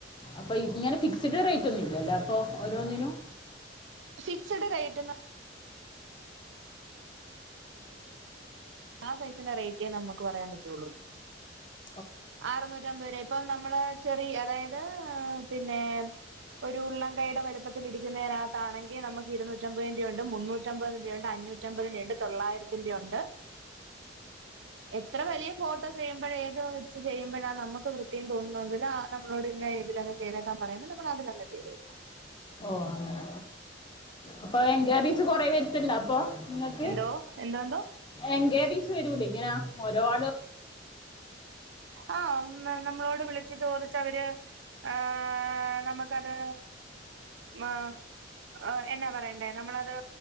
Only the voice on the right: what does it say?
ഫിക്സ്ഡ് റൈറ്റ് എന്ന ആ സൈസിന്റെ റേറ്റേ നമുക്ക് പറയാൻ പറ്റുള്ളൂ
ആറുനൂറ്റമ്പരെ ഇപ്പം നമ്മള് ചെറിയ അതായത് പിന്നെ ഒരു ഉള്ളംകൈയുടെ വലിപ്പത്തില ഇരിക്കുന്നതിനകത്താണെങ്കിൽ നമുക്ക് ഇരുുന്നൂറ്റമ്പപതി രൂ ഉണ്ട് മുന്നൂറ്റമ്പത് ണ്ട് അഞ്ഞൂറ്റമ്പതിന്റെ ഉണ്ട് തൊള്ളായിരത്തിന്റെ ഉണ്ട് എത്ര വലിയ ഫോട്ടോ ചെയ്യുമ്പോഴ ഏത് വെച്ച് ചെയ്യുമ്പോഴാണ് നമുക്ക് വൃത്തിയും തോന്നുന്നതില് ആ നമ്മളോട് ഇന്ന ഏതിലെ ചെയ്താക്കാ പറയുമ്പോ നമ്മൾ അതിന് ചെയ് കൊടുക്കും
എന്തോ എന്തോ എന്തോ
ആ <unintelligible> നമ്മളോട് വിളിച്ച് ചോദിച്ച അവര് ആഹ നമുക്കത് <unintelligible> ഓഹ് എന്നാ പറയണ്ടേ നമ്മളത്.